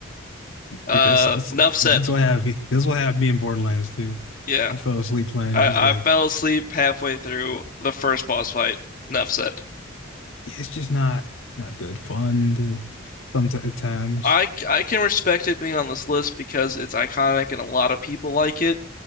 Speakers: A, on the left; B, on the left.
A: Uh,
B: That's that's
A: enough
B: like
A: said.
B: that's what happened. me- That's what happened me in Borderlands 2.
A: Yeah.
B: I fell asleep playing
A: I,
B: it. I was like,
A: I fell asleep halfway through the first boss fight. Enough said.
B: "Yeah, it's just not not that fun to sometimes.
A: I I can respect it being on this list because it's iconic and a lot of people like it,